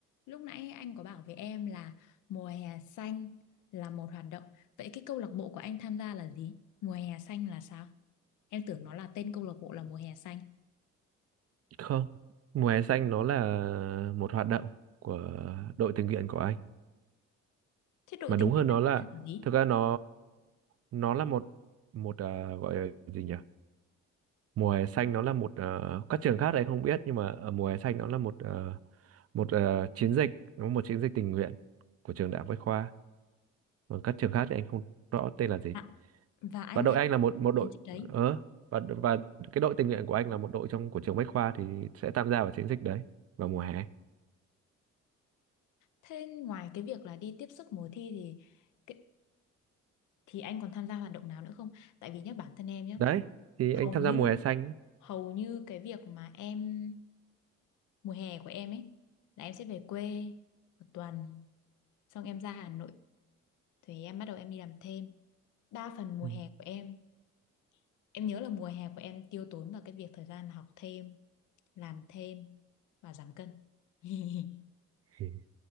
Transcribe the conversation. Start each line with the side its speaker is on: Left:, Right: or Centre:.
Left: Lúc nãy anh có bảo với em là mùa hè xanh là một hoạt động. Vậy cái câu lạc bộ của anh tham gia là gì? Mùa hè xanh là sao? Em tưởng nó là tên câu lạc bộ là mùa hè xanh.
Right: Không, mùa hè xanh nó là một hoạt động của đội tình nguyện của anh.
Left: Thế đội
Right: Mà đúng
Left: tình
Right: hơn
Left: nguyện
Right: nó
Left: anh
Right: là
Left: tên là gì?
Right: thực ra nó nó là một một à, gọi là gì nhỉ? Mùa hè xanh nó là một à, các trường khác thì anh không biết nhưng mà ở mùa hè xanh nó là một à, một à, chiến dịch, nó một chiến dịch tình nguyện của trường Đại học Bách Khoa. Còn các trường khác thì anh không rõ tên là gì.
Left: À, và anh
Right: Và đội
Left: tham
Right: anh là một
Left: gia
Right: một đội
Left: chiến dịch đấy.
Right: ờ và và cái đội tình nguyện của anh là một đội trong của trường Bách Khoa thì sẽ tham gia vào chiến dịch đấy vào mùa hè.
Left: Thế ngoài cái việc là đi tiếp sức mùa thi thì cái- thì anh còn tham gia hoạt động nào nữa không? Tại vì nhá bản thân em nhá,
Right: đấy thì
Left: hầu
Right: anh tham gia
Left: như
Right: mùa hè xanh ấy.
Left: hầu như cái việc mà em mùa hè của em ấy là em sẽ về quê một tuần xong em ra Hà Nội thì em bắt đầu em đi làm thêm đa phần mùa
Right: Ừ.
Left: hè của em em nhớ là mùa hè của em tiêu tốn vào cái việc thời gian học thêm làm thêm và giảm cân <laughs>
Right: Ừ.